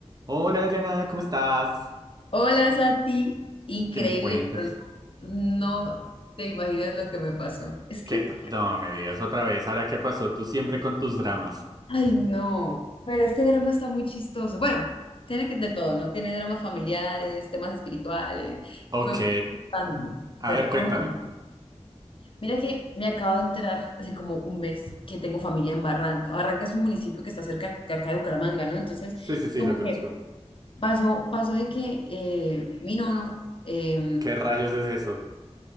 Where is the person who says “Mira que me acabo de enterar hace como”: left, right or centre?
Left